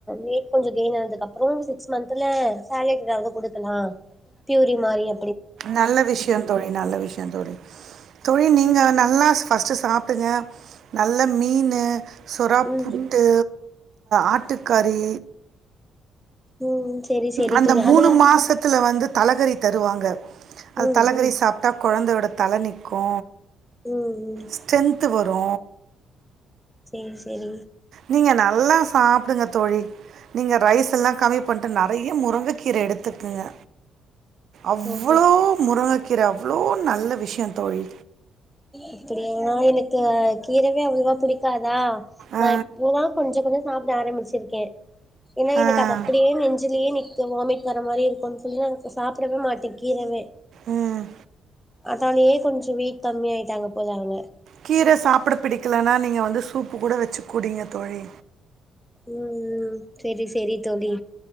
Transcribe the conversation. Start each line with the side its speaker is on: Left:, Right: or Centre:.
Centre: வெயிட் கொஞ்ச கெயின் ஆனதுக்கப்றோ சிக்ஸ் மந்தந்ல சேலட் எதாவது குடுக்கலா பியூரி மாரியா
Right: நல்ல விஷய தோழி நல்ல விஷய தோழி தோழி நீங்க நல்லா ஃபஸ்ட்டு சாப்பிடுங்க நல்லா மீனு சொறாப்புட்டு
Centre: ம்
Right: ஆட்டுக்கறி
Centre: ம் செரி செரி
Right: அந்த
Centre: தோழி
Right: மூணு
Centre: அதுல
Right: மாசத்துல வந்து தலகறி தருவாங்க அது
Centre: ம்
Right: தலகறி சாப்பிட்டா கொழந்தையோட தல நிக்கு
Centre: ம் ம்
Right: ஸ்ட்ரென்து வரு
Centre: செரி செரி
Right: நீங்க நல்லா சாப்டுங்க தோழி நீங்க ரைஸ் எல்லா கம்மி பண்ட்டு நெறைய முருங்கக்கீர எடுத்துக்குங்க அவ்ளோ
Centre: ஓகே
Right: முருங்கக் கீர அவ்ளோ நல்ல விஷ்யோ தோழி
Centre: அப்டியா எனக்கு கீரவே அவ்ளவா பிடிக்காதா
Right: ஆ
Centre: நா இப்போ தா கொஞ்ச கொஞ்ச சாப்ட ஆரம்பிச்சிருக்கே ஏன்னா எனக்கு
Right: ஆ
Centre: அது அப்படியே நெஞ்சிலே நிக்கு வாமிட் வர்ற மாரி இருக்குனு சொல்லி நா எனக்கு சாப்டவே மாட்டே கீரவே
Right: ம்
Centre: அதாலயே கொஞ்ச வெயிட் கம்மியாயிட்டாங்க போல அவங்க
Right: கீர சாப்ட பிடிக்கலன்னா நீங்க வந்து சூப்பு கூட வெச்சு குடிங்க தோழி
Centre: ம் ம் செரி செரி தோழி